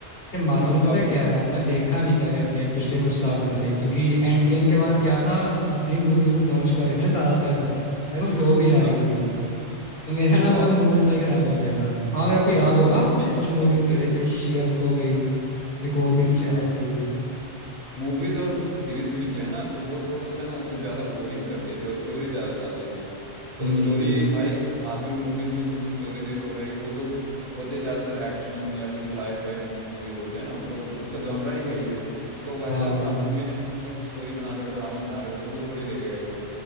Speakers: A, on the left; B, on the right.
A: ते मार्वल
B: अब
A: में
B: तो
A: पता
B: आप
A: क्या है मैं देखा नहीं क्या कहते हैं पिछले कुछ सालों से क्योंकि एंड गेम के बाद क्या था कि जितनी भी मूवीज वो लॉन्च कर रहे थे ना ज़्यादातर भाई वो फ्लोप ही जा रही
B: हाँ
A: थी तो मेरा ना
B: फ्लॉप
A: मतलब मूड सा ही खराब हो गया था हाँ अगर आपको याद होगा
B: वो वैसे
A: कुछ मूवीज थी जैसे
B: <laughs>
A: शी हल्क हो गई एक और भी थी शायद
B: हाँ
A: ऐसी
B: मूवीज और उसके सीरीज भी निकले हैं ना तो वो थोड़ा सा ना कुछ ज्यादा बोरिंग कर देते हैं और स्टोरी ज्यादा डाल देते हैं तो
A: हम्म
B: स्टोरी भाई अगर मार्वल मूवीज में तुम स्टोरी देख रहे हो भाई वो तो होते ज्यादातर एक्शन या फिर साईफाई मूवीज होते हैं ना तो उसका जॉनरा ही वही है तो वैसा
A: हाँ
B: आप मूवी ने आप स्टोरी बना रहे हो ड्रामा बना रहे हो तो वो थोड़ी देखेगा कोई